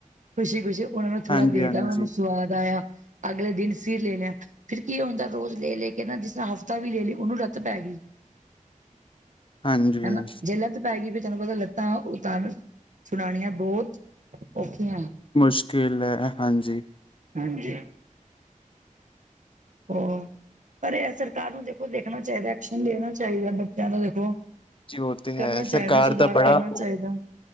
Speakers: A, on the right; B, on the left.
A: ਖੁਸ਼ੀ-ਖੁਸ਼ੀ ਉਹਨਾਂ ਨੂੰ ਥੋੜਾ
B: ਹਾਂਜੀ
A: ਦੇਤਾ
B: ਹਾਂਜੀ
A: ਉਹਨਾਂ ਨੂੰ ਸਵਾਦ ਆਇਆ ਅਗਲੇ ਦਿਨ ਸੀਰ ਲੈਣਾ ਫਿਰ ਕੀ ਹੁੰਦਾ ਰੋਜ਼ ਲੈ ਲੈ ਕੇ ਨਾ ਜਿਸ ਹ ਵੀ ਲੈ ਲਈ ਉਹਨੂੰ ਰੱਤ ਪੈ ਗਈ
B: ਹਾਂਜੀ
A: ਹੈਨਾ ਜੇਲ ਅਪੈ ਗਈ ਵੀ ਤੁਹਨੂੰ ਪਤਾ ਲੱਤਾਂ ਉਤਨ ਸੁੜਾਣੀਆਂ ਬਹੁਤ ਔਖੀਆਂ ਹੈ
B: ਮੁਸ਼ਕਿਲ ਹੈ ਹਾਂਜੀ
A: ਹਾਂਜੀ ਹੋ ਪਰ ਏ ਸਰਕਾਰ ਨੂੰ ਦੇਖੋ ਦੇਖਣਾ ਚਾਹੀਦਾ ਐਕਸ਼ਨ ਲੈਣਾ ਚਾਹੀਦਾ ਬੱਚੇਆਂ ਦਾ ਦੇਖੋ।
B: ਜੀ ਉਹ ਤੇ
A: ਕਰਨਾ
B: ਹੈ
A: ਚਾਹੀਦਾ
B: ਸਰਕਾਰ
A: ਸੁਧਾਰ
B: ਦਾ ਬੜਾ
A: ਕਰਨਾ ਚਾਹੀਦਾ।